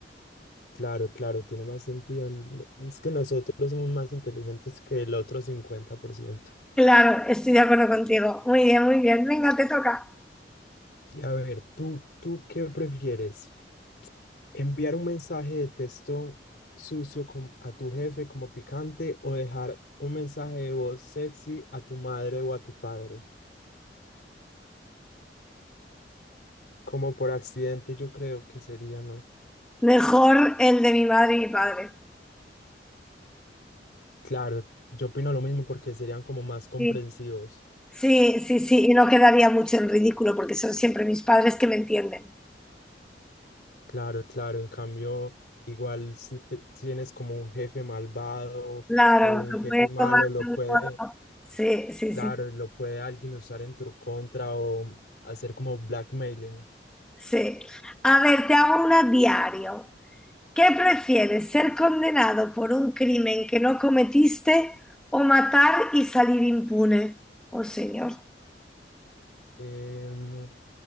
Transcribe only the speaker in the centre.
Claro, estoy de acuerdo contigo. Muy bien, muy bien. Venga, te toca.
Mejor el de mi madre y mi padre.
Sí. Sí, sí, sí, y no quedaría mucho en ridículo porque son siempre mis padres que me entienden.
Claro,
lo
puedes
tomar
de
un modo- Sí, sí,
sí,
sí. A ver, te hago una diario. ¿Qué prefieres, ser condenado por un crimen que no cometiste o matar y salir impune? Oh, señor.